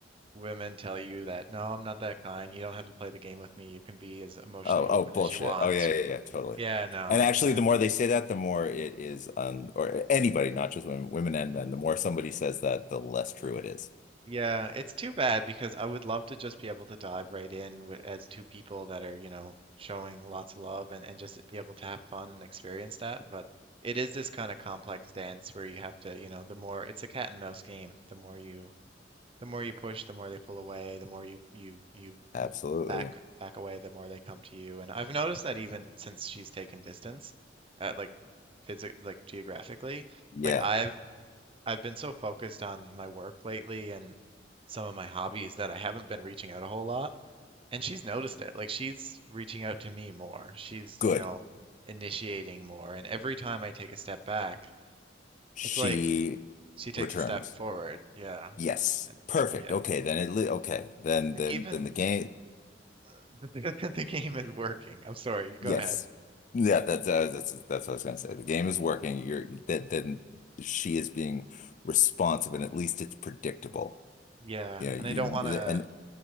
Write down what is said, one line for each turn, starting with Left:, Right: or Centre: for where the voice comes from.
Right: women tell you that no, I'm not that kind, you don't have to play the game with me. You can be as emotionally
Left: Oh,
Right: open
Left: oh, bullshit.
Right: as you want.
Left: Oh, yeah, yeah, yeah, totally.
Right: Yeah, no,
Left: And
Right: it's
Left: actually,
Right: uh,
Left: the more they say that, the more it is, um, or anybody, not just women, women and men, the more somebody says that, the less true it is.
Right: Yeah, it's too bad because I would love to just be able to dive right in with, as two people that are, you know, showing lots of love and, and just be able to have fun and experience that. But it is this kind of complex dance where you have to, you know, the more it's a cat and mouse game. The more you the more you push, the more they pull away, the more you you you
Left: Absolutely.
Right: w- back back away, the more they come to you. And I've noticed that even since she's taken distance, uh, like physic like geographically,
Left: Yeah,
Right: like I've I've been so focused on my work lately and some of my hobbies that I haven't been reaching out a whole lot. And she's noticed it. Like she's reaching out to me more. She's,
Left: good.
Right: you know, initiating more. And every time I take a step back,
Left: She
Right: it's like she takes
Left: returns.
Right: a step forward. Yeah.
Left: Yes.
Right: And
Left: Perfect.
Right: yeah.
Left: Okay, then it, li- okay, then,
Right: And
Left: then,
Right: even
Left: then the game,
Right: uh, <laughs> the, the game is working. I'm sorry. Go
Left: yes.
Right: ahead.
Left: Yeah, that's, uh, that's, that's what I was gonna say. The game is working. You're, that, then she is being responsive, and at least it's predictable.
Right: Yeah.
Left: You know, you,
Right: And I don't want to
Left: and,